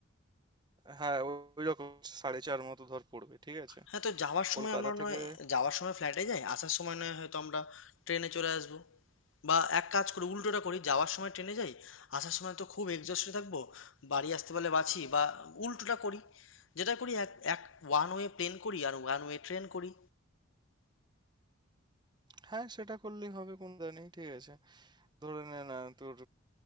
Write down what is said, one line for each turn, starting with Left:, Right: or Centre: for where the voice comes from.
Right: হ্যাঁ ওই রকম সাড়ে চার মতো ধর পড়বে ঠিক আছে
Left: হ্যাঁ তো যাওয়ার সময়
Right: কলকাতা
Left: আমরা
Right: থেকে
Left: নয় যাওয়ার সময় ফ্লাইটে যাই আসার সময় নয় হয়তো আমরা ট্রেনে চলে আসবো বা এক কাজ করি উল্টোটা করি যাওয়ার সময় ট্রেনে যাই আসার সময় তো খুব এক্সস্টে থাকবো বাড়ি আসতে পারলে বাঁচি বা উল্টোটা করি যেটা করি এক এক ওয়ান ওয়ে প্লেন করি আর ওয়ান ওয়ে ট্রেন করি
Right: হ্যাঁ সেটা করলেই হবে কোনো দা নেই ঠিক আছে ধরে নে না তোর